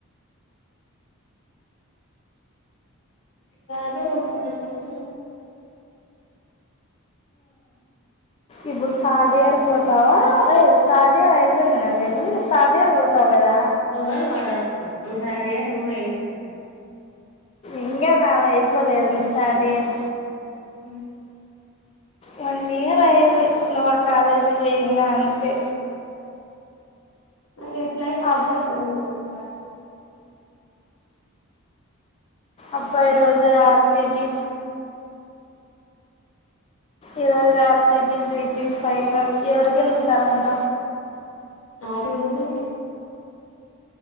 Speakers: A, on the left; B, on the left.
A: రాదు ఓకటున్నర సంవత్సరం ఉంటె
B: ఇపుడు థాడ్ ఇయర్. పోతావా ఏ? తాడ్ డే అయిపోయిందినవ్ ఇప్పుడు థాడ్ ఇయర్ పోతవు గదా!
A: పొంగల్ వడ సద్ది తడే రూమ్ అయితుంది.
B: ఇంకా నాది అయిపోలేదులే థర్డ్ ఇయర్.
A: ఊఁ
B: వన్ ఇయర్ అయ్యేది, నువ్వు ఆ కాలేజికి బొయి ఇంగ అంతె!
A: అది ఎట్లై ఉన్నదో
B: అబ్
A: ఉందండి. పాస్టుంది.
B: అబ్బాయి రోజు ఆర్ సి బి ఇరవై జాల్ C B G T final. ఎవరు గెలుస్తారంట.
A: అటు వీల్లె గెలుస్తారంట.